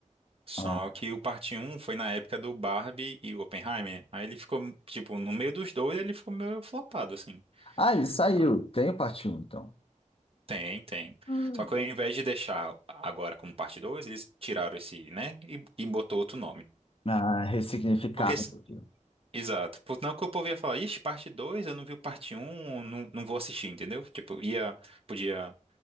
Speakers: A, on the right; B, on the left.
A: Só
B: Ah,
A: que o parte um foi na época do Barbie e o Oppenheimer. Aí ele ficou, tipo, no meio dos dois, ele ficou meio flopado, assim.
B: Ah, ele saiu.
A: Ah,
B: Tem o parte um então.
A: Tem, tem.
B: Hum.
A: Só que ao invés de deixar agora como parte 2 eles tiraram esse, né? E, e botou outro nome.
B: Ah, ressignificado.
A: Porque
B: o filme.
A: Exato. Por- Não que o povo ia falar, ixi, parte 2 eu não vi o parte um, não, não vou assistir, entendeu? Tipo, ia, podia